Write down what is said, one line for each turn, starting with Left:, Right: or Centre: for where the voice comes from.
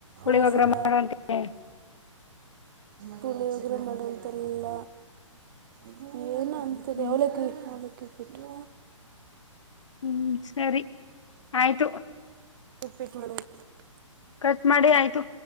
Left: ಪುಳಿಯೋಗರೆ
Right: ಆಸಡ
Left: ಮಾಡು ಅಂತೆ
Right: ಪುಳಿಯೋಗರೆ ಮಾಡುವಂತೆಲ್ಲ ಏನಂತ ನಂತ್ತಿರಿ
Left: ಹ್ಮ್
Right: ಅವಲಕ್ಕಿ ಅವಲಕ್ಕಿ ಉಪ್ಪಿಟ್ಟು
Left: ಹ್ಮ್ ಸರಿ ಆಯ್ತು
Right: ಉಪ್ಪಿಟ್ ಮಾಡಬೇಕು
Left: ಕಟ್ ಮಾಡಿ ಆಯ್ತು